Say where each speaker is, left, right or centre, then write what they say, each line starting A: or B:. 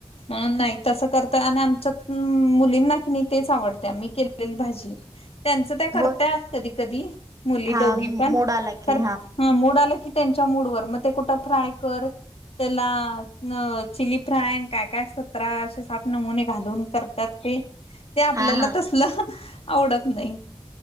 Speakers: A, on the left (about 75°); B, on the right (about 35°).
A: म्हणून नाही तसं करतय आणि आमच्यात मुलींना की नाही तेच आवडते मी केलेली भाजी. त्यांचं त्या करताय
B: होय.
A: कधी कधी मुली
B: हा
A: दोघी
B: मोड
A: पण
B: आला की
A: कर हा मूड आलं की, त्यांच्या मूडवर, मग ते कुठं फ्राय कर त्याला चिली फ्राय, आणि काय-काय सतराशे साठ नमुने घालून करतात ते, ते आपल्याला
B: हा हा
A: तसलं आवडत नाही.